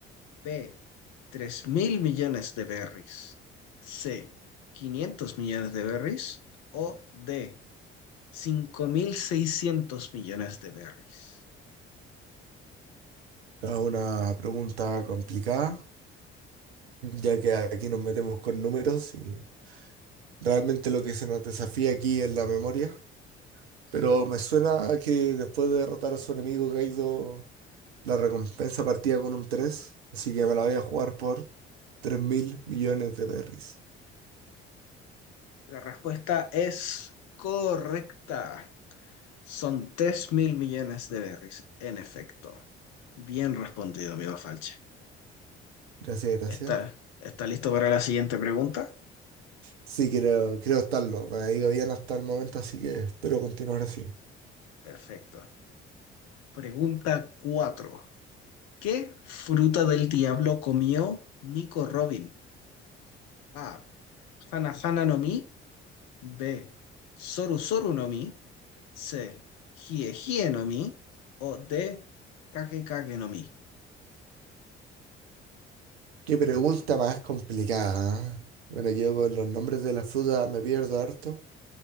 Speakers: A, on the left (about 55°); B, on the right (about 70°).
A: B. Tres mil millones de berries. C. Quinientos millones de berries. O D. Cinco mil seiscientos millones de berries.
B: Es una pregunta complicada, ya que aquí nos metemos con números y realmente lo que se nos desafía aquí es la memoria. Pero me suena a que después de derrotar a su enemigo Kaido, la recompensa partía con un tres así que me la voy a jugar por tres mil millones de berries.
A: La respuesta es correcta. Son tres mil millones de berries, en efecto. Bien respondido, amigo Falche.
B: Gracias, gracias.
A: ¿Está, está listo para la siguiente pregunta?
B: Sí, creo, creo estarlo. Me ha ido bien hasta el momento, así que espero
A: Uh,
B: continuar así.
A: Perfecto. Pregunta 4. ¿Qué fruta del diablo comió Nico Robin? A. Hana Hana no Mi. B. Soru Soru no Mi. C. Hie Hie no Mi. O D. Kage Kage no Mi.
B: Qué pregunta más complicada. ¿eh? Bueno, yo con los nombres de las frutas me pierdo harto,